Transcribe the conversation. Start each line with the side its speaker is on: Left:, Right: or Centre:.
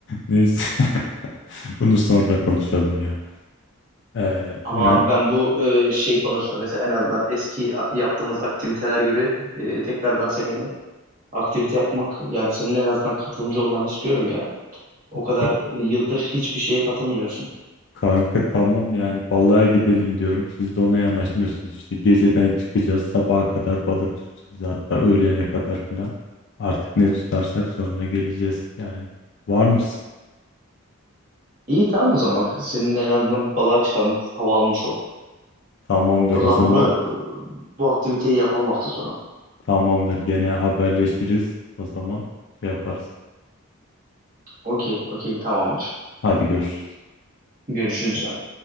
Left: Neyse. <laughs> Bunu sonra konuşalım ya. Ee,
Right: Ama
Left: yani
Right: ben bu e, şey konusunda mesela en azından eski a- yaptığımız aktiviteler gibi e, tekrardan seninle aktivite yapmak yani senin en azından katılımcı olmanı istiyorum yani. O kadar
Left: k-
Right: yıldır hiçbir şeye katılmıyorsun.
Left: kanka tamam yani balığa gidelim diyorum. Siz de ona yanaşmıyorsunuz işte. Geceden çıkacağız, sabaha kadar balık tutacağız hatta öğlene kadar filan. Artık ne tutarsak sonra geleceğiz yani. Var mısın?
Right: İyi tamam o zaman. Seninle en azından balığa çıkalım. Hava almış ol.
Left: Tamamdır
Right: O zaman
Left: o zaman.
Right: bunu e, bu aktiviteyi yapalım hafta sonu.
Left: Tamamdır. Gene haberleşiriz. O zaman şey yaparsın.
Right: Okey, okey tamamdır.
Left: Hadi görüşürüz.
Right: Görüşürüz canım.